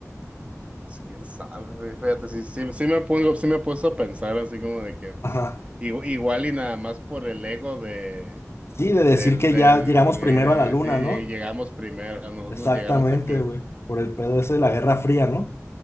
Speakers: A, on the right; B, on the left.
A: Pues, quién sabe, güey, fíjate, sí, sí, sí me pongo, sí me he puesto a pensar así como de que pues,
B: Ajá.
A: igu- igual y nada más por el ego de,
B: Sí, de decir
A: del,
B: que
A: de,
B: ya
A: de,
B: llegamos primero
A: de- de
B: a la luna,
A: decir
B: ¿no?
A: "Lle- llegamos primero, nosotros
B: Exactamente,
A: llegamos aquí.
B: güey. Por el pedo ese de la Guerra Fría, ¿no?